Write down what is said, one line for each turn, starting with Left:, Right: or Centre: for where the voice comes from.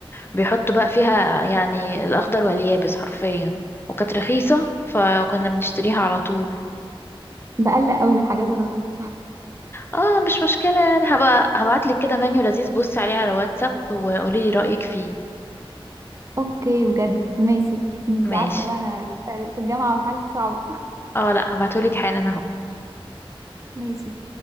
Left: بيحطوا بقى فيها يعني الأخضر واليابس حرفيا وكانت رخيصة فكنا بنشتريها على طول
Right: بقلق قوي من الحاجات الرخيصة
Left: اه مش مشكلة يعني هبقى هبعتلك كده منيو لذيذ بصي عليه على واتساب وقوليلي رأيك فيه
Right: أوكي بجد ماشي انت
Left: ماشي
Right: عارفة بقى أنا في الجامعة وحالتي صعبة
Left: اه لا هبعتهولك حالا اهو
Right: <laughs> ماشي